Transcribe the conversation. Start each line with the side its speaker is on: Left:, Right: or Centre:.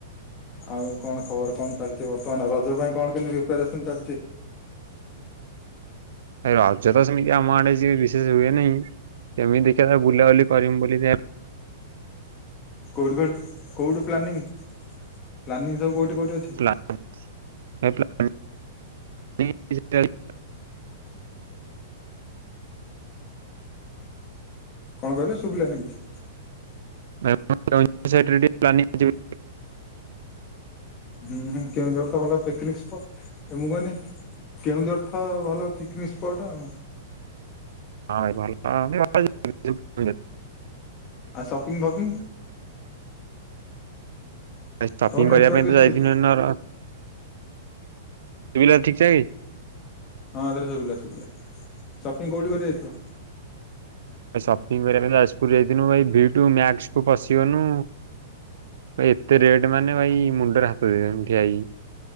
Left: ଆଉ କଣ ଖବର କଣ ଚାଲିଛି ବର୍ତ୍ତମାନ ରଜ ପାଇଁ କଣ କେମିତି ପ୍ରିପାରେସନ ଚାଲିଛି?
Right: ଏ ରଜ ତ ସେମିତି ଆମ ଆଡେ ଏ ବିଶେଷ ହୁଏ ନେହିଁ। କେମିତି ଦେଖିବା ବୁଲାବୁଲି କରିମି ବୋଲି ସେ
Left: କୋଉଠି କଉଠି କୋଉଠୁ ପ୍ଲାନିଂ ପ୍ଲାନିଂ ସବୁ କଉଠି କୋଉଠି ଅଛି?
Right: <unintelligible>
Left: କଣ କହିଲ ଶୁଭିଲାନି କିଛି?
Right: <unintelligible>
Left: ହୁଁ ହୁଁ କେଉଁଝର ତ ଭଲ ପିକନିକ ସ୍ପଟ, ମୁ କନି କେଉଁଝର ତ ଭଲ ପିକନିକ ସ୍ପଟ ଆଉ।
Right: ହଁ ଭାଇ ଭଲ <unintelligible>
Left: ଆଉ ସପିଙ୍ଗ ଫପିଂ?
Right: ଏ ସପିଂ
Left: ତମର
Right: କରିବା
Left: ନେଟୱାର୍କ
Right: ପାଇଁ ତ
Left: ଇସୁ
Right: ଯାଇଥିନୁ
Left: ହଉଛି
Right: ହେନ ସୁବିଲା ଠିକ୍ ଠାକ୍।
Left: ହଁ ଏଥର ଶୁଭିଲା ଶୁଭିଲା ସପିଙ୍ଗ କୋଉଠି କରି ଯାଇଥିଲ?
Right: ସପିଙ୍ଗ କରିବା ପାଇଁ ଯାଜପୁର ଯାଇଥିନୁ ଭାଇ ଭି ଟୁ ମ୍ୟାକ୍ସ କୁୁ ପଶି ଗନୁ ଭ ଏତେ ରେଟ୍ ମାନେ ଭାଇ ମୁଣ୍ଡରେ ହାତ ଦେଇଦେନୁ ଠିଆ ହେଇକି।